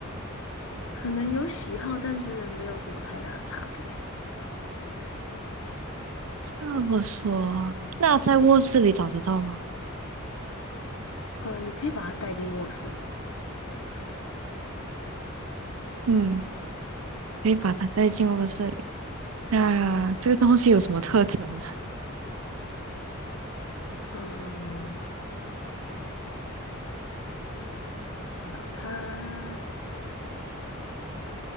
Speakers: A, on the left; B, on the right.
A: 可能有喜好，但是没有什么太大的差别。
B: 这么说，那在卧室里找得到吗？
A: 呃，你可以把它带进卧室里。
B: 嗯，可以把它带进卧室里。那这个东西有什么特征呢？
A: 嗯，想想它，